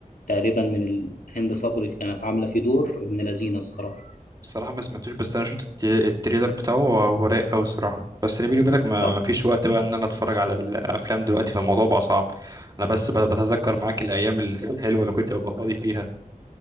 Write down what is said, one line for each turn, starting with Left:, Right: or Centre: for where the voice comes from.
Left: تقريبا من هند صبري اللي كانت عامله فيه دور ابن لذينه الصراحه
Right: الصراحة ما سمعتوش بس انا شفت الت- التريلر بتاعه هو هو رايق قوي الصراحة بس انا بيني وبينك ما
Left: اه
Right: ما فيش وقت بقى ان انا اتفرج على الافلام دلوقتي فالموضوع بقى صعب انا بس ب- بتذكر معاك الايام ال- الحلوة اللي كنت ببقى فاضي فيها